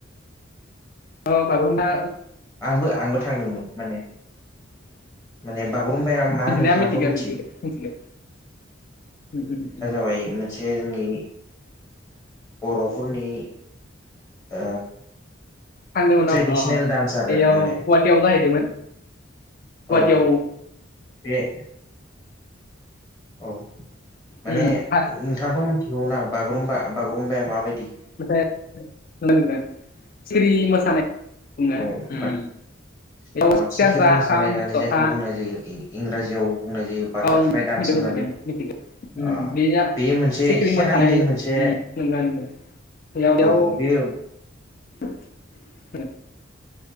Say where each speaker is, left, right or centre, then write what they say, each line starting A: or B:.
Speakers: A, on the left; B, on the left.
A: औ बागुरा
B: आंबो आंबो थांदोंमोन माने माने बागुरुम्बाया मा
A: मिथिनाया
B: नोंथाङाथ'
A: मिथिगो
B: मिथियो
A: मिथिगो मिथिगो उम उम उम
B: <unintelligible> मोनसे जोंनि बर'फोरनि ओ
A: थांदोंमोन
B: ट्रेडिसनेल
A: नामा
B: डान्स आरो
A: बेयाव
B: माने
A: गुवाहाटियाव जाहैदोंमोन गुवाहाटियाव
B: औ बे औ माने
A: उम आ
B: नोंथाङाथ' मिथिगौ ना बागुरुमबा बागुरुम्बाया माबायदि
A: नाथाय नों सिरि मोसानाय बुङो
B: म
A: उम
B: अ
A: बेयाव
B: सिखिरि
A: सेरजा
B: मोसानायनानै
A: खाम जथा
B: जायखौ बुंनाय जायो इंराजियाव बुंनाय जायो बाटारफ्लाइ
A: ओं
B: दान्स
A: मिथिगो
B: होननानै
A: मिथिगो
B: ओ
A: मिथिगो ओम बेया
B: बेयो मोनसे
A: सिखिरि
B: खेराइनि
A: मोसानाय
B: मोनसे
A: ओम नंगो नंगो <unintelligible>
B: औ बेयो